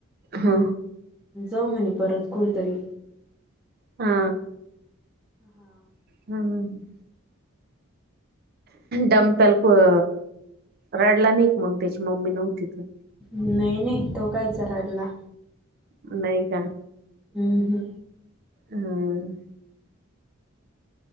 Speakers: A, on the right; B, in the centre.
A: हा
B: जाऊ म्हने परत कुठतरी.
A: हा
B: हा
A: हम्म हम्म डमतल कोन रडला नाही का मग त्याची मम्मी नव्हती त
B: नाही नाही तो कायच राडला.
A: नाही का
B: हम्म हम्म
A: हम्म.